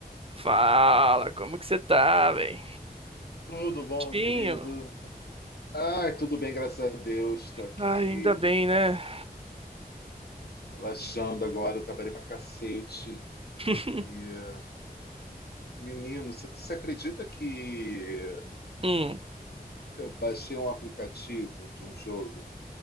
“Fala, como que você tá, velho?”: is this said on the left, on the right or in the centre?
Right